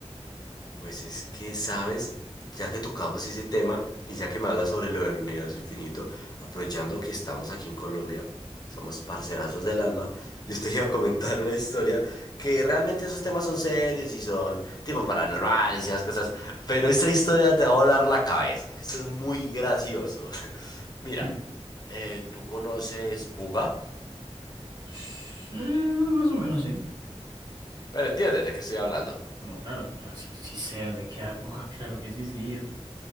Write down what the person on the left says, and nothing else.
Pues es que, sabes, ya que tocamos ese tema y ya que me hablas sobre lo del universo infinito, aprovechando que estamos aquí en Colombia, somos parcerazos del alma, <laughs> yo te iba a comentar una historia que realmente esos temas son serios y son tipo paranormales y esas cosas, pero esta historia te va a volar la cabeza. Esto es muy gracioso. <laughs> Mira,
eh, tú conoces Buga,
pero entiendes de qué estoy hablando.